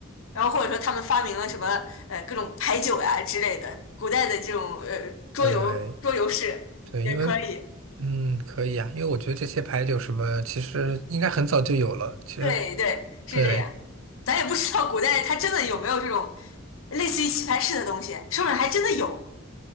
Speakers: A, on the left; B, on the right.
A: 然后或者说他们发明了什么呃各种牌九呀之类的，古代的这种呃桌游桌游室也可以。
B: 对对，因为嗯可以啊，因为我觉得这些牌九什么，其实应该很早就有了，其实
A: 对对，是这样。
B: 对。
A: 咱也不知道古代它真的有没有这种类似于棋牌室的东西，说不定还真的有。